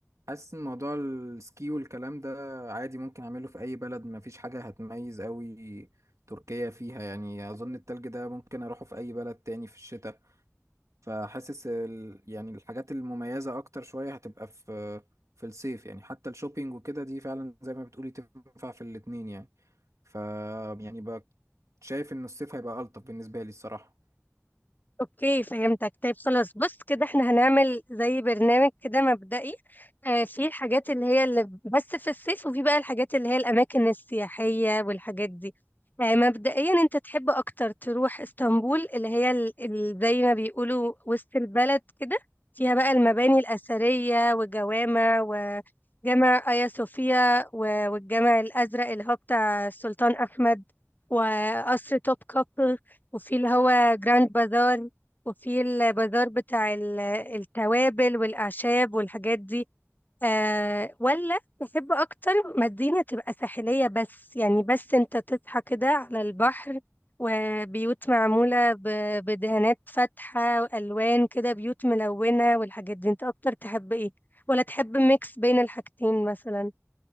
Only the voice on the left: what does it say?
اوكي فهمتك طيب خلاص بص كده احنا هنعمل زي برنامج كده مبدئي آه في الحاجات اللي هي اللي بس في الصيف وفي بقى الحاجات اللي هي الاماكن السياحية والحاجات دي آه مبدئيا انت تحب اكتر تروح اسطنبول اللي هي ال- ال- زي ما بيقولوا وسط البلد كده فيها بقى المباني الأثرية وجوامع وجامع آيا صوفيا و- والجامع الأزرق اللي هو بتاع السلطان أحمد وقصر توب كابل وفي اللي هو جراند بازار وفي البازار بتاع ال- التوابل والأعشاب والحاجات دي آه ولا تحب أكتر مدينة تبقى ساحلية بس يعني بس أنت تصحى كده على البحر وبيوت معمولة ب- بدهانات فاتحة وألوان كده بيوت ملونة والحاجات دي أنت أكتر تحب إيه ولا تحب ميكس بين الحاجتين مثلا